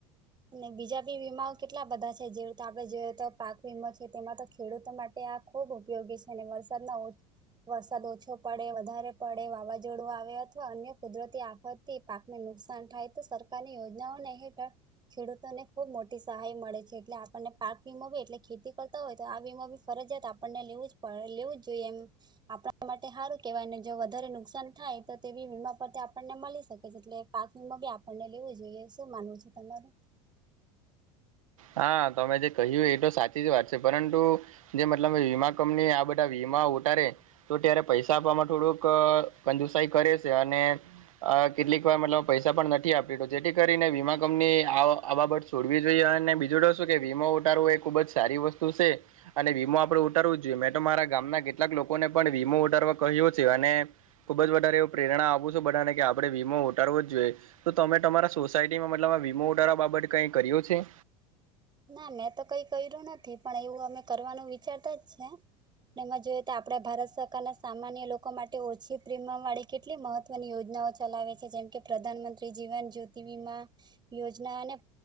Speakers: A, on the right; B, on the right.
A: અને બીજા બી વીમાઓ કેટલા બધા છે જે રીતે આપણે જોઈએ તો પાક વીમો છે તેમાં તો ખેડૂતો માટે આ. ખૂબ ઉપયોગી છે અને વરસાદના. વરસાદ ઓછો પડે વધારે પડે વાવાઝોડું આવે અથવા અન્ય. કુદરતી આફતથી પાકને નુકસાન થાય તો સરકારની યોજનાઓને હેઠળ. ખેડૂતોને ખુબ મોટી સહાય મળે છે એટલે આપણને પાક વીમાો બી એટલે ખેતી કરતા હોય તો આ વીમા બી ફરજિયાત. આપણને લેવું જ પડે લેવું જ જોઈએ એમ. આપણા માટે સારું કેવાયને જો વધારે નુકસાન થાય તો તેવી વીમા. ઉપથી આપણને મળી શકે છે એટલે પાકંગમાં બી આપણને લેવું જોઈએ શું માનવું છે તમાર.
B: હા તમે જે કહ્યું એ તો સાચી જ વાત છે પરંતુ. જે મતલબ વીમા કંપની આ બધા વીમા ઉતારે. તો ત્યારે પૈસા આપવામાં થોડુંક કંજુસાઈ કરે છે અને. કેટલીક વાર મતલબ પૈસા પણ નથી આપી તો જેથી કરીને વીમા કંપનીએ આ આ બાબત છોડવી જોઈએ અને. બીજું તો શું કે વીમો ઉટારો એ ખુબ જ સારી વસ્તુ છે. અને વીમો આપડે ઉતારવું જ જોઈએ મેં તો મારા ગામના કેટલાક લોકોને પણ વીમો ઉતારવા કહ્યો છે અને. ખૂબ જ વધારે એવું પ્રેરણા આપું છું બધાને કે આપણે વીમો ઉાારવો જ જોઈએ. તો તમે તમારા સોસાયટીમાં મતલબ આ વીમો ઉારવા બાબત કઈ કર્યો છે
A: ના મેં તો કઈ કર્યું નથી પણ એવું અમે કરવાનું વિચારતા જ છે એમાં જોઈએ તો આપડા ભારત સરકાર ના સામાન્ય લોકો માટે ઓછી પ્રીમિયમ વાળી કેટલી મહત્વની યોજનાઓ ચલાવે છે જેમ કે પ્રધાનમંત્રી જીવન જ્યોતિ વિીમા યોજના અને